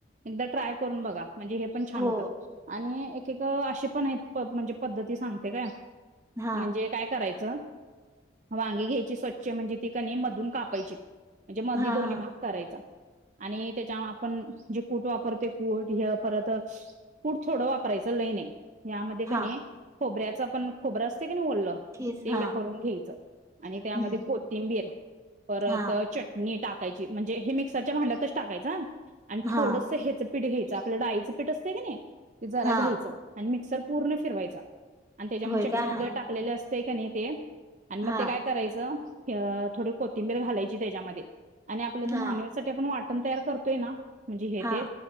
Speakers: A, on the right; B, on the right.
A: एकदा ट्राय करून बघा. म्हणजे हे पण छान
B: हो
A: होतात आणि अशी पण आहेत म्हणजे पद्धती सांगते काय
B: हा
A: म्हणजे काय करायचं? वांगी घ्यायची स्वच्छ म्हणजे ती कणी मधून कापायची म्हणजे मधी
B: हा
A: दोन्ही
B: हा
A: भाग करायचा. आणि त्याच्या आपण जे कूट वापरो कूट हे परत कूट थोडं वापरायचं लई नाही. यामध्ये का
B: हा
A: नाही. खोबऱ्याचा पण खोबरं अस असतय कणी ओल
B: खीस
A: ते
B: हा
A: करून घ्यायच आणि त्यामध्ये
B: हम्म
A: कोथिंबीर परत
B: हा
A: चटणी टाक म्हजे हे मिक्सरच्या भांड्यात. टाकायचा. आणि थोडस
B: हा
A: हेच पीठ घ्यायचं आपलं डाळीचे पीठ असतें का नाही? जरा
B: हा
A: घ्यायचं आणि मिक्सर पूर्ण फिरवायचा. आणि त्याच्यामुळे
B: होय
A: चटणी
B: काय
A: वगैरे
B: हा
A: टाकलेले अस ते कन ते आणि मग
B: हा
A: ते काय करायचं? अ थोडी कोथिंबीर घालायची त्याच्यामध्ये. आणि आपल्या ती
B: हा
A: नॉनव्हेजसाठी आपण वाट पण तयार करतोय ना, म्हणजे हे
B: हा
A: ते